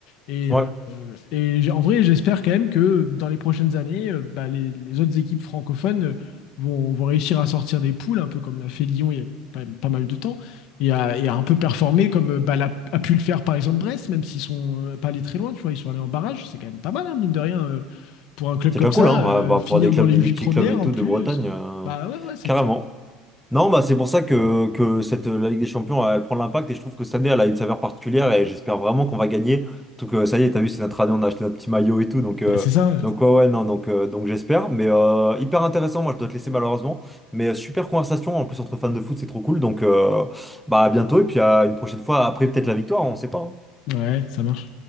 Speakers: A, on the left; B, in the centre.
A: Et
B: Ouais,
A: euh, et en vrai, j'espère quand même que dans les prochaines années, euh, bah, les, les autres équipes francophones euh, vont, vont réussir à sortir des poules, un peu comme l'a fait Lyon il y a pas, pas mal de temps, et à, et à un peu performer comme euh, bah, l'a- a pu le faire par exemple Brest, même s'ils sont euh, pas allés très loin, tu vois, ils sont allés en barrage, c'est quand même pas mal, hein, mine de rien, euh, pour un club
B: c'est
A: comme
B: déjà
A: ça,
B: cool, hein,
A: euh,
B: ouais, bah,
A: finir
B: pour des clubs,
A: dans les
B: de-
A: huit
B: des petits
A: premières
B: clubs et
A: en
B: tout
A: plus,
B: de Bretagne,
A: euh,
B: euh,
A: bah ouais, ouais, c'est
B: carrément.
A: clair.
B: Non, bah c'est pour ça que, que cette, la Ligue des Champions, elle, prend l'impact et je trouve que cette année, elle a une saveur particulière et j'espère vraiment qu'on va gagner. Surtout que ça y est, t'as vu, c'est notre année, on a acheté notre petit maillot et tout, donc, euh,
A: Bah, c'est ça,
B: donc ouais, ouais, non, donc, euh, donc j'espère. Mais euh, hyper intéressant, moi je dois te laisser malheureusement. Mais euh, super conversation, en plus entre fans de foot, c'est trop cool. Donc euh, bah à bientôt et puis à une prochaine fois, après peut-être la victoire, on sait pas. hein.
A: ouais, Ouais, ça marche.